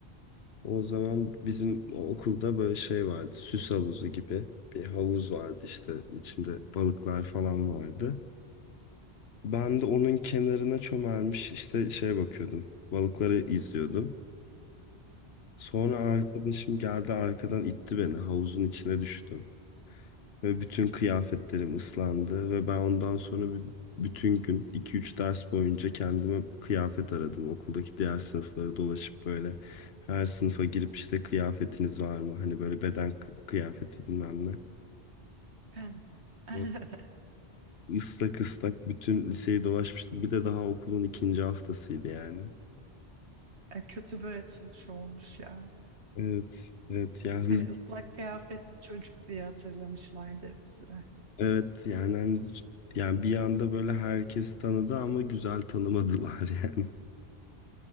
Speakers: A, on the left (about 70°); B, on the right (about 85°).
A: O zaman bizim okulda böyle şey vardı. Süs havuzu gibi bir havuz vardı işte içinde balıklar falan vardı. Ben de onun kenarına çömelmiş işte şeye bakıyordum. Balıkları izliyordum. Sonra arkadaşım geldi arkadan itti beni havuzun içine düştüm. Ve bütün kıyafetlerim ıslandı ve ben ondan sonra bir, bütün gün iki üç ders boyunca kendime kıyafet aradım. Okuldaki diğer sınıfları dolaşıp böyle her sınıfa girip işte kıyafetiniz var mı? Hani böyle beden kı- kıyafeti bilmem ne.
B: Ben. <laughs>
A: Ve Islak ıslak bütün liseyi dolaşmıştım. Bir de daha okulun ikinci haftasıydı yani.
B: E, kötü böyle çalışıyor olmuş ya.
A: Evet, evet ya hız
B: Seni ıslak kıyafetli çocuk diye hatırlamışlardı bir süre.
A: evet yani hani- yani bir anda böyle herkes tanıdı ama güzel tanımadılar yani.